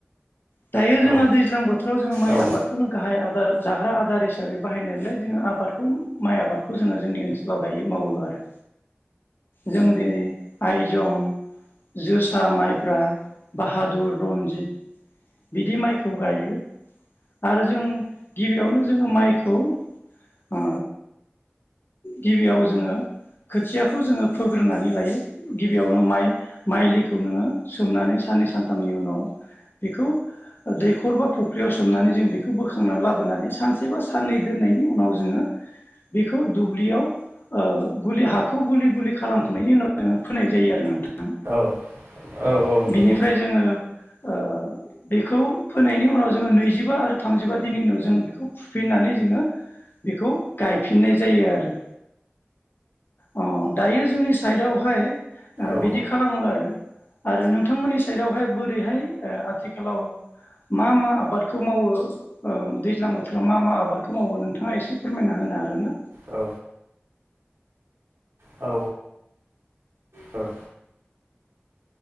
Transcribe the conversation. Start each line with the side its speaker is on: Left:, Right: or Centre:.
Left: दायो जोङो
Right: औ
Left: दैज्लां बोथोराव जों माइ
Right: औ नंगौ औ नंगौ औ
Left: आबादखौनो गाहाय आबाद जाग्रा आदार हिसाबै बाहायनायलाय जोङो आबादखौ माइ आबादखौ जोङो जोंनि ओनसोलाव दायो मावो आरो। जों दिनै आइ जों जोसा माइब्रा बाहादुर रनजित बिदि माइखौ गायो। आरो जों गिबियावनो जोङो माइखौ ओ गिबियाव जोङो खोथियाखौ जोङो फोग्रोनानै लायो। गिबियावनो माइ माइलिखौ नोङो सोमनानै साननै सानथामनि उनाव बेखौ दैखर बा फुख्रियाव सोमनानै जों बेखौ बोखांनानै लाबोनानै सानसे बा साननै दोननायनि उनाव जोङो बेखौ दुब्लियाव ओ गुलि हाखौ गुलि गुलि खालाम खांनायनि उनाव जोङो फोनाय जायो आरो नों थां
Right: औ औ औ नंगौ
Left: बिनिफ्राय जोङो ओ बेखौ फोनायनि उनाव जोङो नैजिबा आरो थामजिबा दिननि उनाव जोङो बेखौ फुफिननानै जोङो बेखौ गायफिननाय जायो आरो। अ दायो जोंनि साइडआवहाय ओ
Right: औ
Left: बिदि खालामो आरो आरो नोंथांमोननि साइडआवहाय बोरैहाय ओ आथिखालाव मा मा आबादखौ मावो ओ दैज्लां बोथोराव मा मा आबादखौ मावो नोंथाङा एसे फोरमायना होनो हागोन ना?
Right: औ औ औ